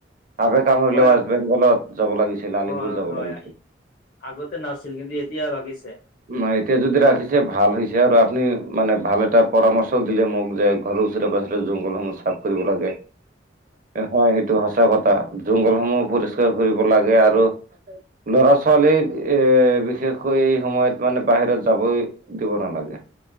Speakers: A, on the right; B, on the left.
A: সাপে কামুৰিলো
B: হয়
A: ৱেষ্ট বেংগলত- যাব লাগিছিল আলিপুৰ
B: হয়
A: যাব
B: হয়
A: লাগিছিল।
B: আগতে নাছিল কিন্তু এতিয়া লাগিছে।
A: নাই, এতিয়া যদি ৰাখিছে ভাল হৈছে আৰু আপুনি মানে ভাল এটা পৰামৰ্শ দিলে মোক যে ঘৰৰ ওচৰে পাজৰে- জংঘলসমূহ চাফ কৰিব লাগে হয় সেইটো সঁচা কথা। জংঘলসমূহ পৰিষ্কাৰ কৰিব লাগে আৰু- লৰা ছোৱালীক এ বিশেষকৈ এই সময়ত মানে বাহিৰত যাবই দিব নালাগে।